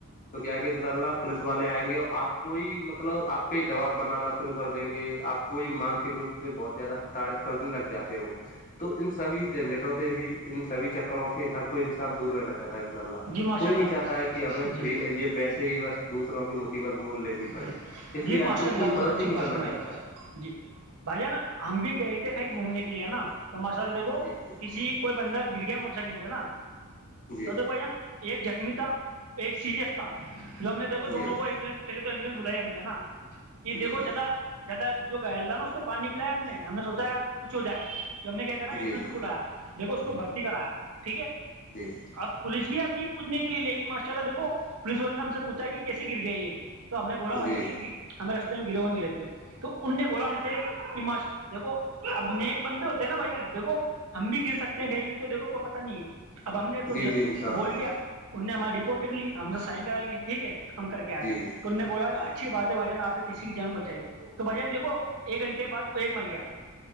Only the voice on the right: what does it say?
جی ماشاء
اللہ
جی
جی
جی
ماشاء
اللہ
بہت
اچھی
بات
فرمائی
جی بھائی جان
ہم بھی گئے تھے کہیں گھومنے کے لیے ہے نا تو ماشاء اللہ دیکھو
کسی کوئی بندہ گر گیا موٹر سائیکل سے نا
تو دیکھو ایک جخمی تھا ایک سیریس تھا جو ہم نے دیکھو دونوں
کو ایمبولینس پہلے تو ایمبولینس بھلاائی ہم نے ہے نا کہ
دھو زیادہ زیادہ جو گہل تھا نا اس کو پانی پلایا ہم نے ہم نے سوچا ہے یار کچھ ہو جائے ہم نے کیا کرا
ایمبلینس کو بلایا دیکھو اس کو بھرتی کرایا ٹھیک ہے
اب پولیس بھی آتی پوچنے کے لیے لیکن ماشاء اللہ دیکو پوس والے نے ہم سے پوچھا کہ کیسے گر گیا یہ تو ہم نے بولا
بھائی جان ہمیں رستے میں گرو ہوئے ملے تھے تو ان نے بولاا
ہم سے کہ ماشا دیکو اب ن ایک بندے ہوتے ہیں نا بھیا دیکھو ہم بھی گر سکتے ہیں کہیں بھی تو دیکھو کو پتا نہیں ہے اب ہم نے تو
بول دیا ان نے ہماری رپورٹ لکھ لی ہم سے سائن کرا لیا ٹھیک ہے ہم کر کے آ
گئے تم نے بولا
اچھی بات بھائی جان آپ نے کسی کی جان بچائی تو بھائی جان دھو ایک گھنٹے بعد ایک مر گیا